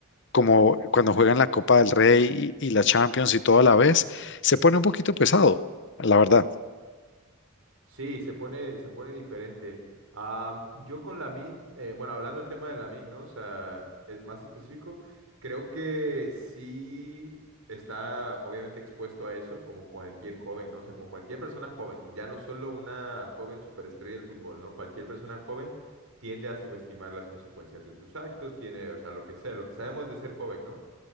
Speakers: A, on the left; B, on the right.
A: como cuando juegan la Copa del Rey y, y la Champions y todo a la vez, se pone un poquito pesado, la verdad.
B: Sí, se pone, se pone diferente. Am, yo con Lamin, bueno, hablando del tema de Lamin, ¿no? O sea, eh, más específico, creo que sí está obviamente expuesto a eso, como cualquier joven, ¿no? O sea, como cualquier persona joven, ya no solo una joven superestrella del fútbol, ¿no? Cualquier persona joven tiende a subestimar las consecuencias de sus actos, tiene, o sea, lo que sea, lo que sabemos de ser joven, ¿no?